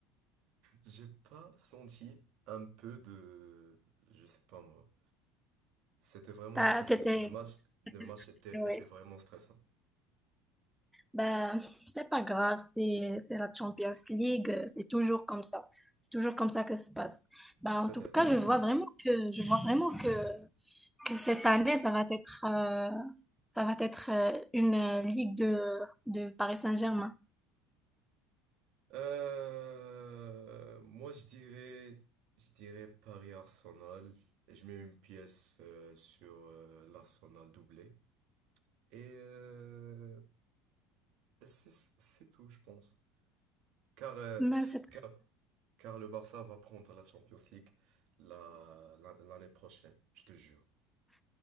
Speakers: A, on the right; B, in the centre.
A: j'ai pas senti un peu de, je sais pas moi. C'était vraiment
B: T'as-
A: stressant.
B: T'étais,
A: Le match, le
B: t'étais
A: match
B: stressé,
A: était,
B: ouais.
A: était vraiment stressant.
B: Ben, c'est pas grave, c'est, c'est la Champions League, c'est toujours comme ça. C'est toujours comme ça que ça se passe. Ben, en
A: Peut-être.
B: tout cas, je vois vraiment que, je vois vraiment que, que cette année, ça va être, euh, ça va être euh, une euh, ligue de, de Paris Saint-Germain.
A: Euh, moi, je dirais, je dirais Paris-Arsenal. Et Je mets une pièce euh, sur euh, l'Arsenal doublé. Et euh, c'est c'est tout, je pense. Car, euh,
B: Ben, c'est
A: car, car le Barça va prendre la Champions League la, la- l'année prochaine, je te jure.